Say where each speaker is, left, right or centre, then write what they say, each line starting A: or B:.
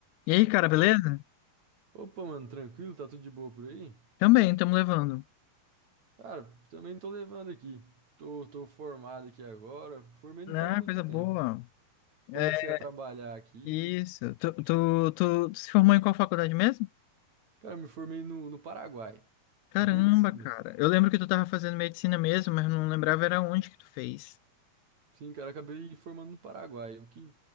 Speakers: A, on the left; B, on the right.
A: E aí, cara, beleza?
B: Ô- Opa, mano, tranquilo? Tá tudo de boa por aí?
A: Também, estamos levando.
B: Cara, também tô levando aqui. Tô, tô formado aqui agora. Formei não
A: Ah,
B: faz muito
A: coisa
B: tempo.
A: boa.
B: Comecei
A: É
B: a trabalhar aqui.
A: isso. Tu, tu, tu, tu se formou em qual faculdade mesmo?
B: Cara, me formei no, no Paraguai,
A: Caramba,
B: em medicina.
A: cara. Eu lembro que tu tava fazendo medicina mesmo, mas não lembrava era onde que tu fez.
B: Sim, cara, acabei formando no Paraguai. O que